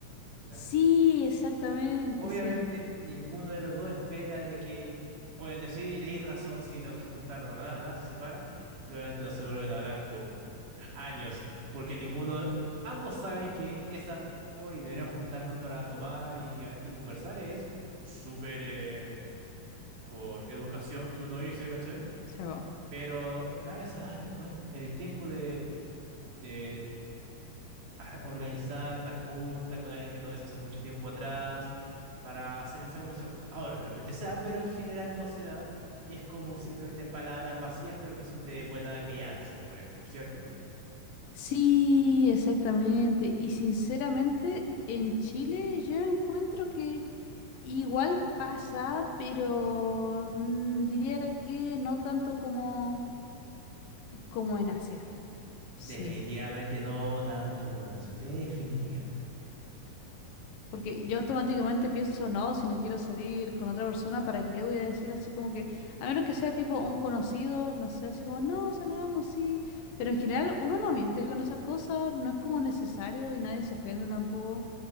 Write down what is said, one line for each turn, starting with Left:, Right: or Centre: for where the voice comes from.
Right: ¿Ya?
Left: Sí, exactamente,
Right: Obviamente,
Left: sí,
Right: ninguno de los dos espera de que, obviamente, sí, tenéis razón, sí, tengo que juntarnos, bla, bla, bla, se separan y obviamente no se vuelven a hablar por años, porque ninguno, ambos saben que esa, hoy deberíamos juntarnos para tomar y, a- y conversar, es súper eh, por educación que uno dice, ¿cachai?
Left: se va.
Right: Pero nadie se da el, cuen- el tiempo de, de a- organizar una junta con alguien que no ves hace mucho tiempo atrás para hacer esa conversación. Ahora, de repente se da, pero en general no se da y es como simplemente palabras vacías, pero que son de buena crianza, te podría decir, ¿cierto?
Left: Sí, exactamente. Y sinceramente, en Chile yo encuentro que igual pasa, pero mm, diría que no tanto como, como en Asia. Sí.
Right: Definitivamente no tanto como nació, definitivamente.
Left: Porque yo automáticamente pienso, no, si no quiero salir con otra persona, ¿para qué le voy a decir así como que, a menos que sea tipo un conocido, no sé, así como, no, salgamos, sí. Pero en general uno no miente con esas cosas, no es como necesario y nadie se ofende tampoco,